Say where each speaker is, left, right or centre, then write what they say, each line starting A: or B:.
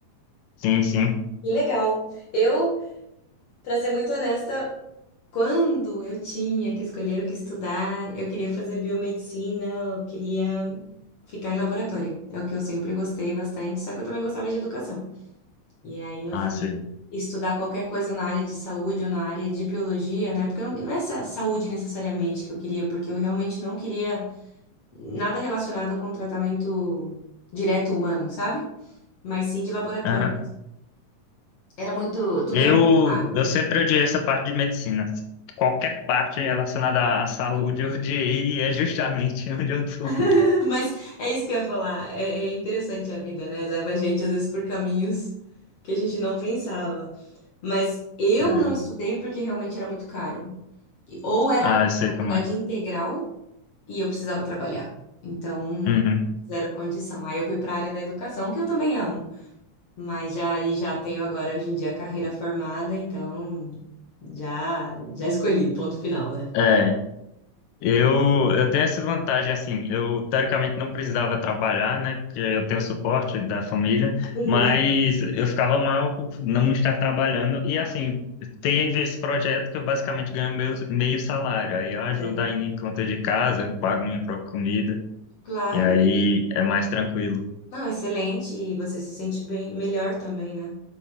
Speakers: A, on the left; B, on the left.
A: sim, sim.
B: Que legal. Eu, pra ser muito honesta, Quando eu tinha que escolher o que estudar, eu queria fazer biomedicina, eu queria ficar em laboratório. É o que eu sempre gostei bastante, só que eu também gostava de educação. E aí, no
A: Ah,
B: fim,
A: sim.
B: estudar qualquer coisa na área de saúde ou na área de biologia, né? Porque não, não é essa saúde necessariamente que eu queria, porque eu realmente não queria nada relacionado com tratamento direto humano, sabe? Mas sim de laboratório
A: Aham.
B: mesmo. Era muito, tudo
A: Eu,
B: era muito caro, muito
A: eu sempre
B: difícil.
A: odiei essa parte de medicina. Qualquer parte relacionada à saúde eu odiei e é justamente <laughs> onde eu tô.
B: <laughs> Mas é isso que eu ia falar. É, é interessante a vida, né? Leva a gente, às vezes, por caminhos que a gente não pensava. Mas eu
A: É.
B: não estudei porque realmente era muito caro. E- Ou era
A: Ah, eu sei
B: faculdade
A: como é.
B: integral e eu precisava trabalhar. Então,
A: Uhum.
B: zero condição. Aí eu fui para a área da educação, que eu também amo. Mas já, e já tenho agora, hoje em dia, a carreira formada. Então, já, já escolhi, ponto final, né?
A: É, eu, eu tenho essa vantagem, assim, eu teoricamente não precisava trabalhar, né, porque eu tenho suporte da família,
B: Uhum,
A: mas eu ficava mal por não estar trabalhando, e assim, teve esse projeto que eu basicamente ganho meu meio salário, aí eu ajudo
B: né?
A: ainda em conta de casa, pago minha própria comida,
B: Claro.
A: E aí é mais tranquilo.
B: Não, excelente, e você se sente bem, melhor também, né?